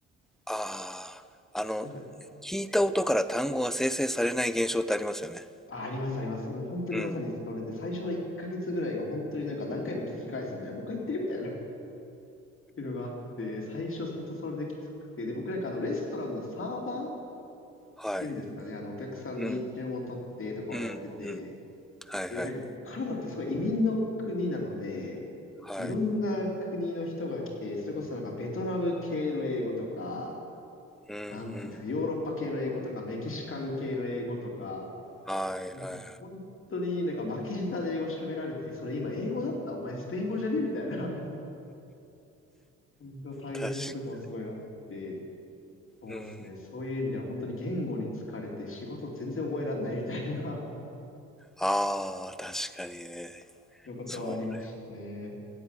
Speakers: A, in the centre; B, on the left (about 45°).
A: ああ、あの、
B: なんか
A: 聞いた音から単語が生成されない現象ってありますよね。
B: あ、あります、あります。もう本当にまさにそれで、
A: うん。
B: 最初の1ヶ月ぐらいが本当になんか何回も聞き返すみたいな、もう一回言ってみたいな <laughs> っていうのがあって、最初本当それできつくて、で、僕なんかあのレストランのサーバーっ
A: はい。
B: ていうんですかね、あのお客さんに注文取ってとかをやってて、
A: うん。うん、うん。はいはい。
B: で、なんかカナダってすごい移民の国なので、
A: はい。
B: いろんな国の人が来て、それこそなんかベトナム系の英語とか、
A: うんうん。
B: なんていうんですか、ヨーロッパ系の英語とか、メキシカン系の英語とか、
A: はいはいはい。
B: もう本当になんか巻き舌で英語喋られて、それ今英語だったお前スペイン語じゃねみたいな <laughs> の大変さとかもすごいあって、
A: 確か
B: そうですね。
A: うん。
B: そういう意味では本当に言語に疲れて仕事全然覚えられないみたいな
A: ああ、確かにね。
B: <laughs> のことはありましたね。
A: それ、